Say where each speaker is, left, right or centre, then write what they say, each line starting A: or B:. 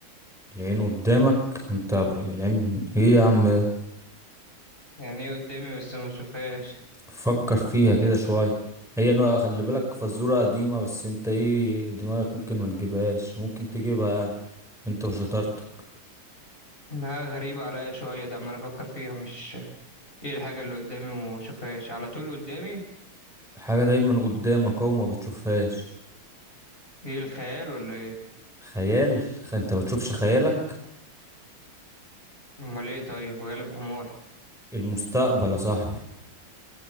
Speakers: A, in the centre; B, on the left.
A: العين قدامك انت العين ايه يا عم ده
B: يعني ايه قدامي بس ما بشوفهاش
A: فكر فيها كده شوية هي نوع خلي بالك فزورة قديمة بس انت ايه دماغك ممكن ما تجيبهاش ممكن تجيبها يعني انت وشطارتك
B: انها غريبة عليا شوية ده عمال افكر فيها مش ايه الحاجة اللي قدامي وما بشوفهاش على طول قدامي
A: حاجة دايما قدامك اهو ما بتشوفهاش
B: ايه الخيال ولا ايه
A: خيال خ- انت ما تشوفش خيالك
B: امال ايه طيب غالب حماري
A: المستقبل يا صاحبي